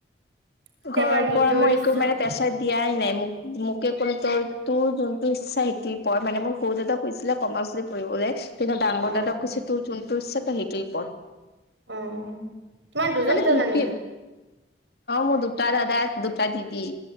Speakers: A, on the right; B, on the left.
A: কেতিয়াবা
B: ঘৰ
A: নিজৰ
B: পৰা মই
A: ইচ্ছাত
B: একো মানে টেচ দিয়াই নাই মোক মোকে কোনো তই তোৰ যোনটো ইচ্ছা সিটোৱে পঢ় মানে মোৰ সৰু দাদা কৈছিলে কৰমাচ লৈ পঢ়িবলে কিন্তু ডাঙৰ
A: অ
B: দাদাক কৈছে তোৰ যোনটো ইচ্ছা সেইটোয়ে পঢ়।
A: অ তোমাৰ দুজন
B: খলে
A: দাদা
B: টুমটি
A: নেকি
B: মই দু <unintelligible> দুটা দাদাক দুটা দিদি